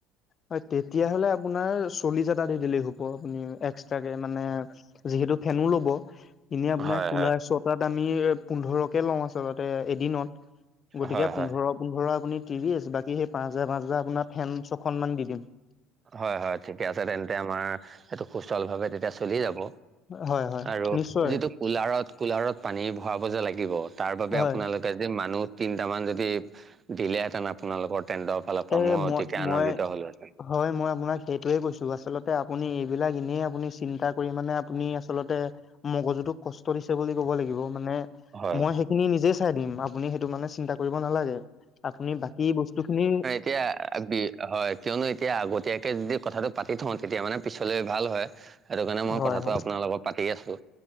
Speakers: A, on the left; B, on the right.
A: হয়, তেতিয়া হ'লে আপোনাৰ চল্লিশ এটা দি দিলেই হ'ব। আপুনি এক্সট্ৰাকে মানে যিহেতু ফেনো ল'ব। এনেই আপোনাৰ
B: হয়
A: কোলাৰ
B: হয়
A: ছটাত আমি পোন্ধৰকে লওঁ আচলতে এদিনত। গতিকে,
B: হয়
A: পোন্ধৰ
B: হয়
A: পোন্ধৰ আপুনি ত্ৰিশ বাকী সেই পাঁচ হাজাৰ, পাঁচ হাজাৰ আপোনাৰ ফেন ছখন মান দি দিম।
B: হয়, হয় ঠিকে আছে তেন্তে। আমাৰ সেইটো সুচল ভাৱে তেতিয়া চলি যাব।
A: হয় হয়
B: আৰু
A: নিশ্চয়
B: যিটো কোলাৰত, কোলাৰত পানী ভৰাব যে লাগিব তাৰ বাবে
A: হয়
B: আপোনালোক কেচ দিম মানুহ তিনটামান যদি দিলে হেঁতেন আপ আপোনালোকৰ টেণ্টৰ ফালৰ পৰা
A: এ
B: মই অতিকে আনন্দিত
A: মই
B: হলোহেঁতেন।
A: হয়, মই আপোনাক সেইটোৱেহে কৈছোঁ। আচলতে আপুনি এইবিলাক এনেই আপুনি চিন্তা কৰি মানে আপুনি আচলতে মগজুটোক কষ্ট দিছে বুলি ক'ব লাগিব। মানে
B: হয়
A: মই সেইখিনি নিজেই চাই দিম। আপুনি সেইটো মানে চিন্তা কৰিব নালাগে। আপুনি বাকী বস্তুখিনি
B: কে আ বি--হয়, কিয়নো এতিয়া আগতীয়াকে যদি কথাটো পাতি থওঁ তেতিয়া মানে পিছলে ভাল হয়। সেইটো কাৰণে মই
A: হয়
B: কথাটো
A: হয়
B: আপোনাৰ লগত পাতি আছোঁ।